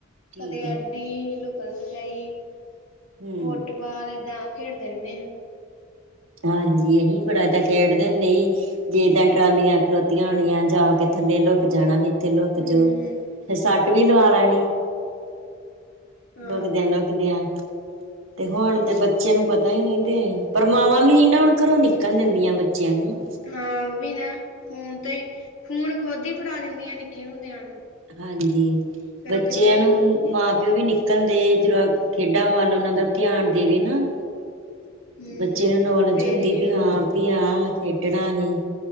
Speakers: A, on the right; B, on the left.
A: ਠੀਕ
B: ਕਦੇ
A: ਹੈ
B: ਟੀ ਲੁਕਣ ਮਚਾਈ,
A: ਹਮ
B: ਫੁੱਟਬਾਲ ਏਦਾਂ ਖੇਡਦੇ ਰੈਨੇ ਆ।
A: ਹਾਂਜੀ, ਅਹੀ ਵੀ ਬੜਾ ਏਦਾ ਖੇਡਦੇ ਹੁੰਦੇ ਸੀ ਜੇ ਤਾਂ ਟਰਾਲੀਆਂ ਖਲੋ ਤੀਆਂ ਹੋਣੀਆਂ ਜਾ ਕੇ ਥੱਲੇ ਲੁੱਕ ਜਾਣਾ ਵੀ- ਤੇ ਲੋਕ
B: ਹਮ
A: ਜੋ ਫਿਰ ਸੱਟ ਵੀ ਲਵਾ ਲੈਣੀ।
B: ਹਾਂ
A: ਲੁਕਦਿਆਂ, ਲੁਕਦਿਆਂ ਤੇ ਹੁਣ ਤੇ ਬੱਚਿਆਂ ਨੂੰ ਪਤਾ ਈ ਨੀ ਤੇ। ਪਰ ਮਾਵਾਂ ਵੀ ਨੀ ਨਾ ਹੁਣ ਘਰੋਂ ਨਿਕਲਨ ਦਿੰਦੀਆਂ ਬੱਚਿਆਂ ਨੂੰ।
B: ਹਾਂ, ਓ ਵੀ ਨਾ, ਹੁਣ ਤੇ ਫੋਣ ਖੁਦ ਈ ਫੜਾ ਦਿੰਦੀਆਂ ਨਿੱਕੇ ਹੁੰਦਿਆਂ ਨੂੰ।
A: ਹਾਂਜੀ,
B: ਫੇਰ
A: ਬੱਚਿਆਂ
B: ਉਹ ਕਿੱਥੋਂ ਹੀ
A: ਨੂੰ
B: ਨਿਕਲਣਗੇ
A: ਮਾਂ ਪਿਓ ਵੀ ਨਿਕਲਦੇ ਜਦੋਂ ਖੇਡਾਂ ਵੱਲ ਉਨਾਂ ਦਾ ਧਿਆਨ ਦੇਵੇ ਨਾ
B: ਹਮ
A: ਬੱਚੇ ਨੂੰ ਨੌਲੇਜ
B: ਫੇਰ
A: ਹੁੰਦੀ
B: ਹੀ
A: ਵੀ
B: ਆ
A: ਹਾਂ ਵੀ ਆ ਖੇਡਣਾ ਅਹੀ।